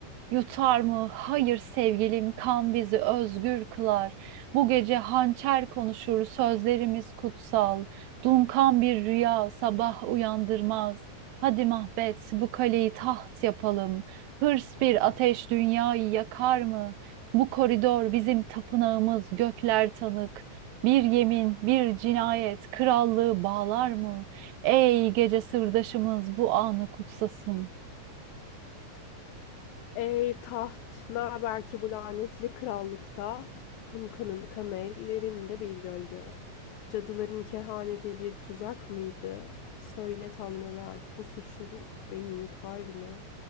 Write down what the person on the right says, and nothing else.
Yutar mı? Hayır sevgilim, kan bizi özgür kılar. Bu gece hançer konuşur, sözlerimiz kutsal. Dunkan bir rüya sabah uyandırmaz. Hadi Mahbet, bu kaleyi taht yapalım. Hırs bir ateş dünyayı yakar mı? Bu koridor bizim tapınağımız, gökler tanık. Bir yemin, bir cinayet krallığı bağlar mı? Ey gece sırdaşımız bu anı kutsasın.